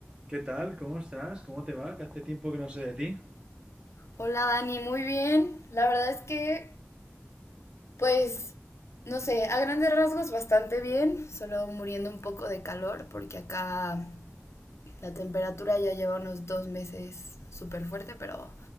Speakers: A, on the right; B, on the left.
A: ¿Qué tal? ¿Cómo estás? ¿Cómo te va? Que hace tiempo que no sé de ti.
B: Hola Dani, muy bien. La verdad es que, pues, no sé, a grandes rasgos bastante bien, solo muriendo un poco de calor porque acá la temperatura ya lleva unos dos meses súper fuerte, pero